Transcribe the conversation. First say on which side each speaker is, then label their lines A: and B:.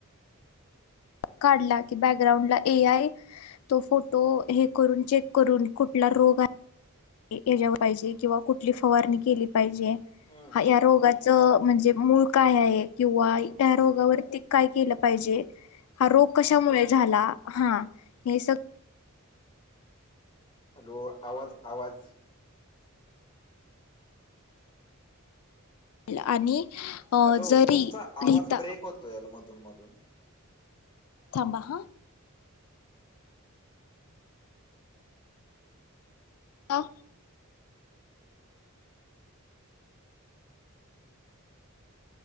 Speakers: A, on the left (about 75°); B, on the left (about 25°).
A: काढला कि बॅकग्राउंड ला एआय तो फोटो हे करून, चेक करून कुठला रोग आहे <unintelligible> पाहिजे किंवा कुठली फवारणी केली पाहिजे?
B: हम्म
A: हा या रोगा च म्हणजे मूळ काय आहे किंवा
B: हम्म
A: त्या रोगावरती काय केलं पाहिजे? हा रोग कशामुळे झाला? हा हे सग
B: हॅलो? आवाज आवाज
A: ला, आणि अ
B: हॅलो?
A: जरी
B: तुमचा आवाज
A: लिहिता
B: ब्रेक होतोय या मधून मधून
A: थांबाह आं